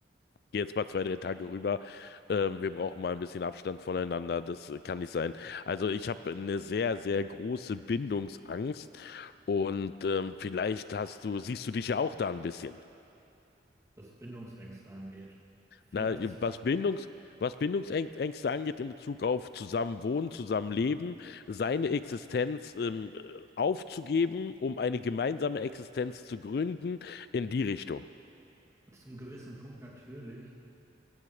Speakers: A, on the left; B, on the right.
A: Geh jetzt mal zwei, drei Tage rüber. Ähm, wir brauchen mal ein bisschen Abstand voneinander. Das äh, kann nicht sein. Also ich habe eine sehr, sehr große Bindungsangst und ähm, vielleicht hast du, siehst du dich ja auch da ein bisschen.
B: Was Bindungsängste angeht. Vielleicht
A: Na,
B: zum.
A: was Bindungs, was Bindungsängste angeht in Bezug auf Zusammenwohnen, Zusammenleben,
B: Aha.
A: seine Existenz ähm, aufzugeben, um eine gemeinsame Existenz zu gründen, in die Richtung.
B: Zum gewissen Punkt natürlich,